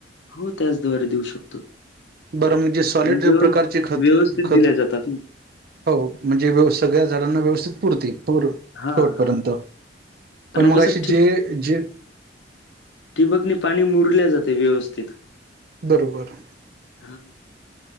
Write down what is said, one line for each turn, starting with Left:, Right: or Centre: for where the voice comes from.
Left: हो त्याचद्वारे देऊ शकतो.
Right: बरं म्हणजे सॉलिड
Left: आणि व्यवस्थित
Right: प्रकारचे खत,
Left: व्यवस्थित
Right: खत
Left: दिल्या जातात ना.
Right: हो म्हणजे व्यव सगळ्या झाडांना व्यवस्थित पुरतील. पूर शेवटपर्यंत,
Left: हां, हां.
Right: पण
Left: आणि कसं
Right: मगाशी जे जे
Left: ठिंबकणे पाणी मुरले जाते व्यवस्थित.
Right: बरोबर.
Left: हा.